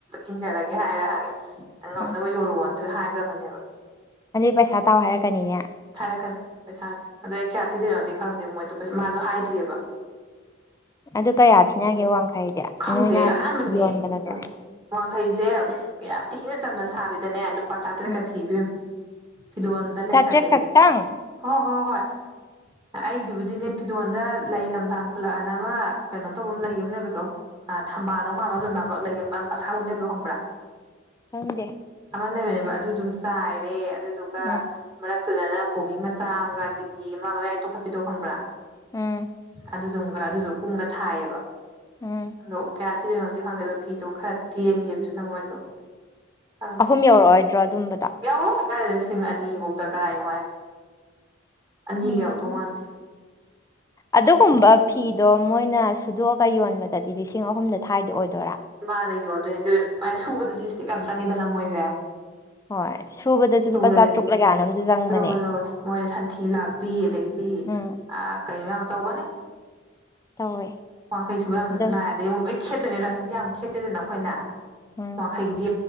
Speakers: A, on the right; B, on the left.
A: ꯏꯟꯖꯔꯒꯦ ꯍꯥꯏꯔꯦ ꯍꯪꯉꯦ ꯉꯝꯅꯕ
B: ꯎꯝ
A: ꯌꯣꯜꯂꯣꯑꯣꯅ ꯑꯗꯨ ꯍꯥꯏꯈ꯭ꯔꯕꯅꯦꯕ꯫
B: ꯄꯩꯁꯥ ꯇꯥꯎ ꯍꯥꯏꯔꯛꯀꯅꯤꯅꯦ?
A: ꯍꯥꯏꯔꯛꯀꯅꯤ ꯄꯩꯁꯥꯁꯦ ꯑꯗꯣ ꯑꯩ ꯀꯌꯥ ꯊꯤꯗꯣꯏꯅꯣꯗꯤ ꯈꯪꯗꯦ ꯃꯣꯏꯗꯣ ꯃꯥꯁꯨ ꯍꯥꯏꯗ꯭ꯔꯤꯕ꯫
B: ꯑꯗꯨ ꯀꯌꯥ ꯊꯤꯅꯒꯦ ꯋꯥꯡꯈꯩꯗꯤ
A: ꯈꯪꯗꯦ
B: ꯅꯣꯏꯅ
A: ꯑꯍꯥꯟꯕꯅꯦ
B: ꯌꯣꯟꯕꯗꯗꯤ꯫
A: ꯋꯥꯡꯈꯩꯁꯦ ꯌꯥꯝ ꯊꯤꯅ ꯆꯝꯅ ꯁꯥꯕꯤꯗꯅꯦ ꯂꯨꯄꯥ ꯆꯥꯇ꯭ꯔꯦꯛꯀ
B: ꯎꯝ
A: ꯊꯤ ꯢꯕꯦꯝꯃꯥ꯫ ꯐꯤꯗꯣꯟꯗ ꯂꯩ
B: ꯆꯥꯇ꯭ꯔꯦꯠ
A: ꯆꯥꯏꯗꯕꯤꯗ
B: ꯈꯛꯇꯪ
A: ꯍꯣꯏ-ꯍꯣꯏ-ꯍꯣꯏ ꯑꯩꯒꯤꯗꯨꯕꯨꯗꯤꯅꯦ ꯐꯤꯗꯣꯟꯗ ꯂꯩ ꯂꯝꯗꯥꯡ ꯈꯨꯠꯂꯛꯑꯅ ꯑꯃ ꯀꯩꯅꯣ ꯇꯧꯕ ꯑꯃ ꯂꯩ ꯑꯃ ꯂꯩꯕꯗꯣ ꯑ ꯊꯝꯕꯥꯗꯧꯅ ꯃꯥꯟꯕꯝ ꯂꯝꯗꯝꯡ ꯈꯜꯂꯛ ꯂꯩꯔ ꯑꯃ ꯑꯁꯥꯡ ꯂꯝ ꯅꯩꯕꯣ ꯈꯪꯕ꯭ꯔꯥ?
B: ꯈꯪꯗꯦ꯫
A: ꯑꯃ ꯂꯩꯕꯅꯦꯕ ꯑꯗꯨꯗꯨꯃ ꯆꯥꯏꯔꯦ ꯑꯗꯨꯗꯨꯒ
B: ꯎꯝ
A: ꯃꯔꯛꯇꯨꯗꯅ ꯕꯣꯕꯤ ꯃꯆꯥ ꯑꯃꯒ ꯇꯤꯛꯀꯤ ꯑꯃ ꯑꯌꯥ ꯇꯣꯛꯈꯠꯄꯤꯗꯣ ꯈꯪꯕ꯭ꯔꯥ?
B: ꯎꯝ꯫
A: ꯑꯗꯨꯗꯨꯝꯒ ꯑꯗꯨꯖꯨ ꯀꯨꯡꯅ ꯊꯥꯏꯌꯦꯕ
B: ꯎꯝ
A: ꯑꯗꯣ ꯀꯌꯥ <unintelligible> ꯈꯪꯗꯦ ꯑꯗꯣ ꯐꯤꯗꯣ ꯈꯔ ꯇꯦꯟꯈꯤꯕꯗꯨꯗ ꯃꯣꯏꯗꯣ ꯈꯪꯗꯦ
B: ꯑꯍꯨꯝ ꯌꯧꯔꯛꯑꯣꯏꯗ꯭ꯔꯣ ꯑꯗꯨꯝꯕꯗ?
A: ꯌꯥꯎꯔꯣꯏ ꯀꯔꯥꯢꯗꯒꯤ ꯂꯤꯁꯤꯡ ꯑꯅꯤꯐꯥꯎꯇ ꯀꯔꯥꯏꯅꯣ ꯍꯥꯏ ꯑꯅꯤ
B: ꯎꯝ
A: ꯌꯥꯎ ꯇꯧ ꯃꯥꯟꯗꯦ꯫
B: ꯑꯗꯨꯒꯨꯝꯕ ꯐꯤꯗꯣ ꯃꯣꯏꯅ ꯁꯨꯗꯣꯛꯑꯒ ꯌꯣꯟꯕꯗꯗꯤ ꯂꯤꯁꯤꯡ ꯑꯍꯨꯝꯗ ꯊꯥꯏꯗꯣ ꯑꯣꯏꯗꯣꯏꯔꯥ?
A: ꯃꯥꯟꯅꯦ ꯌꯣꯟꯗꯨꯏꯅꯦ ꯑꯗꯨ ꯁꯨꯕꯗꯗꯤ ꯏꯁꯇꯦꯞ ꯌꯥꯝ ꯆꯪꯉꯤꯗꯅ ꯃꯣꯏꯖꯦ꯫
B: ꯍꯣꯏ ꯁꯨꯕꯗꯁꯨ
A: ꯁꯨꯕꯗꯗꯤ
B: ꯂꯨꯄꯥ ꯆꯥꯇ꯭ꯔꯨꯛ ꯂꯒꯌꯥꯅ ꯑꯃꯁꯨ ꯆꯪꯕꯅꯦ
A: ꯂꯧꯋꯦ-ꯂꯧꯋꯦ ꯃꯣꯏꯅ ꯁꯟꯊꯤ ꯂꯥꯛꯄꯤ ꯑꯗꯒꯤ
B: ꯎꯝ꯫
A: ꯑ ꯀꯩꯅꯣ ꯌꯥꯝ ꯇꯧꯕꯅꯤ꯫
B: ꯇꯧꯋꯦ
A: ꯋꯥꯡꯈꯩ ꯁꯨꯕ ꯌꯥꯝ
B: ꯑꯗꯨꯝ
A: ꯂꯥꯏ ꯑꯗꯩ ꯑꯃꯨꯛ ꯂꯣꯏ ꯈꯦꯠꯇꯣꯏꯅꯦ ꯔꯥꯅꯤꯗꯤ ꯌꯥꯝ ꯈꯦꯠꯇꯦꯗꯅ ꯑꯩꯈꯣꯏꯅ꯫
B: ꯎꯝ
A: ꯋꯥꯡꯈꯩꯒꯤꯗꯤ